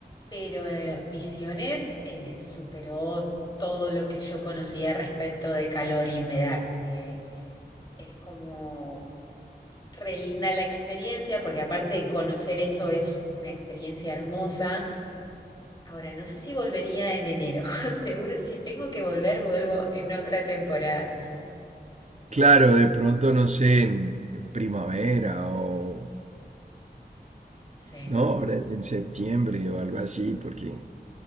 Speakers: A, on the left (about 25°); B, on the right (about 40°).
A: pero eh, Misiones eh, superó todo lo que yo conocía respecto de calor y humedad. Eh, es como re linda la experiencia, porque aparte de conocer eso es una experiencia hermosa. Ahora, no sé si volvería en enero. <laughs> Seguro, si tengo que volver, vuelvo en otra temporada.
B: Claro, de pronto, no sé, en, en primavera o,
A: Sí.
B: ¿no? Ahora en septiembre o algo así, porque